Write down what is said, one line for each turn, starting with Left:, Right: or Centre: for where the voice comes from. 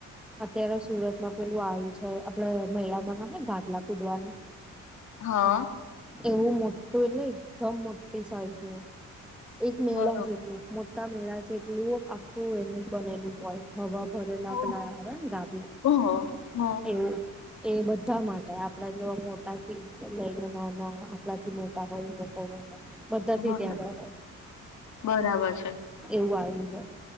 Centre: અત્યારે સુરતમાં પેલું આવ્યું છે આપડ મહળમાં ના ઘાટલા કુદવાનું.
Left: હા.
Centre: એવું મોટું એટલે એકદમ મોટી સાઈઝ. એક મેળા
Left: બરોબર
Centre: છેટલો મો. મેળા જેટલું આખું એનું બનેલું હોય હવા. બરેલા
Left: ઓ
Centre: પલા ગાભલા
Left: હ હ
Centre: એવું. એ બધા માટે આપડા જોવા મોટાથી લઈને. આપડા થી મોટા હોય લોકો. બધાથી
Left: બરાબર
Centre: ત્યાં ગય
Left: બરાબર છે
Centre: એવું આવ્યું. હ.